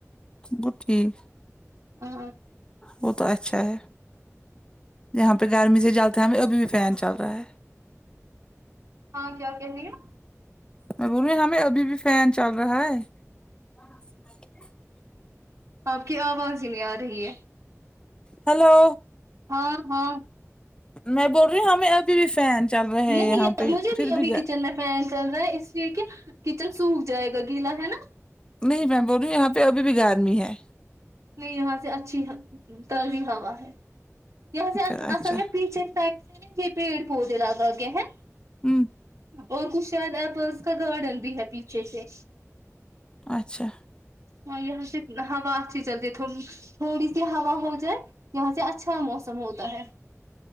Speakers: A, on the left (about 15°); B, on the right (about 70°).
A: بالکل ٹھیک
B: ہاں
A: وہ تو اچھا ہے جاں پے گرمی سے جلتے ہیں ہم ابھی بھی فین چل رہا ہے
B: ہاں کیا کہے رہی ہیں
A: میں بول رہی ہوں ہمیں ابھی بھی فین چل رہا ہے ہاں
B: آپ کی آواز ہی نہیں آ رہی ہے
A: ہیلو
B: ہاں ہاں
A: میں بول رہی ہوں ہمیں ابھی بھی فین چل رہے
B: نہیں
A: ہے یہاں پہ
B: مجھے
A: پھر
B: بھی ابھی
A: گ
B: کچن میں فین چل رہا ہے اس لیے کہ کچن سوکھ جائے گا گیلا ہے نا
A: نہیں میں بول رہ ہوں یہاں پے ابھی بھی گارمی ہے
B: نہیں یہاں سے اچھی تازی ہوا ہے یہاں سے
A: اچھا
B: اصل میں پیچھے سایڈ میں پیڑ پودے لاگا کے ہے
A: ہوں
B: اور کچھ شاید ایپلز کا گارڈن بھی ہے پیچھے سے
A: اچھا
B: ہاں یہاں سے ہوا اچھی چل رہی ہے تھوڑی تھوڑی سی ہوا ہو جائے یہاں سے اچھا موسم ہوتا ہے